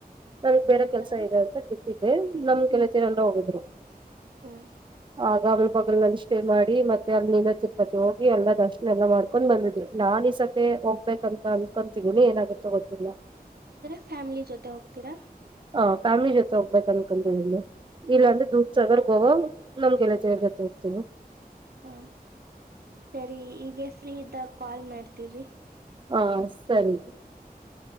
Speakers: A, on the right (about 30°); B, on the right (about 80°).
A: ನಮಗ್ ಬೇರೆ
B: ಹೌದಾ
A: ಕೆಲ್ಸ ಇದೆ ಅಂತ ಬಿಟ್ಟಿದ್ದೆ ನಮ್
B: ಹ್ಮ್
A: ಗೆಳತಿಯರೆಲ್ಲ ಹೋಗಿದ್ರು.
B: ಹ್ಮ್
A: ಆಗ ಮುಲ್ಬಾಗೂಲ್ ನಲ್ಲಿ ಸ್ಟೇ ಮಾಡಿ ಮತ್ತೆ ಅಲ್ಲಿಂದ ತಿರುಪತ್ತಿಗ್ ಹೋಗ್. ಹೋಗಿ ಎಲ್ಲ ದರ್ಶನ ಎಲ್ಲಾ ಮಾಡ್ಕೊಂಡ್ ಬಂದಿದ್ರು ನಾನ್ ಇಸತಿ ಹೋಗ್ಬೇಕಂತ ಅನ್ಕೊಂತಿದೀನಿ ಏನಾಗತ್ತೋ ಗೊತ್ತಿಲ್ಲ.
B: ಅಂದ್ರೆ ಫ್ಯಾಮಿಲಿ ಜೊತೆ ಹೋಗ್ತೀರಾ.
A: ಹ ಫ್ಯಾಮಿಲಿ ಜೊತೆ ಹೋಗ್ಬೇಕ್ ಅನ್ಕೊಂತಿದೀನಿ ಇಲ್ಲ
B: ಹ್ಮ್
A: ಅಂದ್ರೆ ದುದ್ಸಗಾರ್. ಗೋವಾ ನಮ್ ಗೆಳತಿಯರ್ ಜೊತೆ ಇರ್ತೀನಿ.
B: ಹಾ ಸರಿ ಈಗೆ ಫ್ರೀ ಇದ್ದಾಗ್ ಕಾಲ್ ಮಾಡ್ತೀರಿ.
A: ಹಾ ಸರಿ.
B: ಹ್ಮ್.